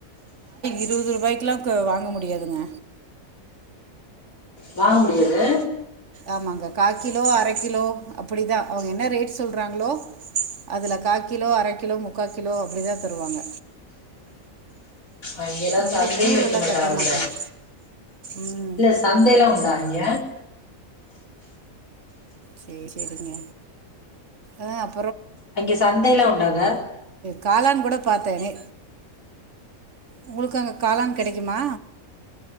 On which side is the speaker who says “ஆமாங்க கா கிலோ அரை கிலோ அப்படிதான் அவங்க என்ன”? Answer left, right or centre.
Right